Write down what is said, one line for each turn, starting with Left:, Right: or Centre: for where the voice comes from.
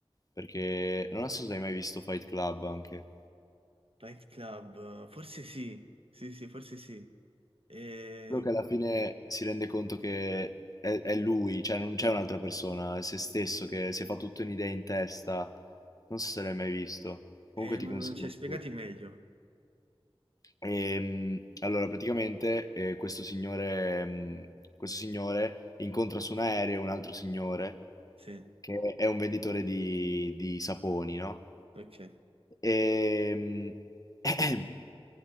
Left: perché non so se hai mai visto Fight Club anche.
Right: Fight Club, forse sì, sì, sì, forse sì. E...
Left: quello che alla fine si rende conto che è, è lui, cioè non c'è un'altra persona, è se stesso che si fa tutto un'idea in testa. Non so se l'hai mai visto. Comunque
Right: eh,
Left: ti
Right: ma
Left: consiglio
Right: non c'è,
Left: anche
Right: spiegati
Left: quello.
Right: meglio.
Left: Ehm, allora, praticamente eh, questo signore, mm, questo signore incontra su un aereo un altro signore
Right: Sì,
Left: che è un venditore di, di saponi, no?
Right: ok,
Left: Ehm, E, <clears throat>